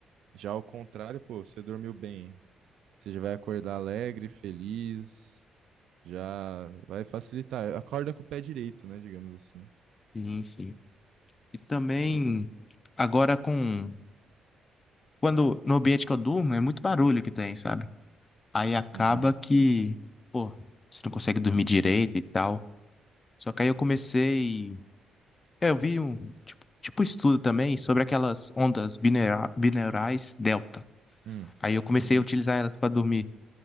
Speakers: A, on the right (about 75°); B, on the left (about 30°).
A: já ao contrário, pô, você dormiu bem, você já vai acordar alegre, feliz, já vai facilitar. Acorda com o pé direito, né, digamos assim.
B: sim, sim. E também,
A: Então,
B: agora com, quando, no ambiente que eu durmo, é muito barulho que tem, sabe? Aí acaba
A: uhum,
B: que, pô, você não consegue dormir direito e tal. Só que aí eu comecei. é, Eu vi um tipo, tipo um estudo também sobre aquelas ondas binera- binaurais delta.
A: hum,
B: Aí eu comecei
A: uhum,
B: a utilizar elas pra dormir.